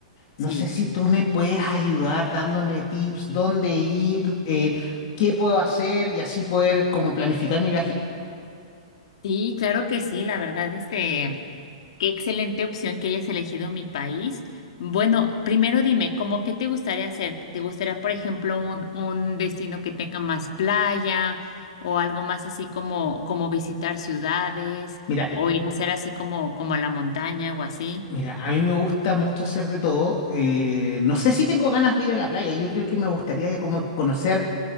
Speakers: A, on the left (about 55°); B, on the left (about 40°).
A: Sí.
B: No sé si tú me puedes ayudar dándome tips, dónde ir, eh, qué puedo hacer y así poder como planificar mi viaje.
A: Sí, claro que sí, la verdad, este, qué excelente opción que hayas elegido mi país. Bueno, primero dime, ¿cómo qué te gustaría hacer? ¿Te gustaría, por ejemplo, un, un destino que tenga más playa o algo más así como, como visitar ciudades
B: Mira, l-
A: o ir a hacer así como, como a la montaña o así?
B: mira, a mí me gusta mucho hacer de todo. eh, no sé si tengo ganas de ir a la playa. Yo creo que me gustaría como conocer.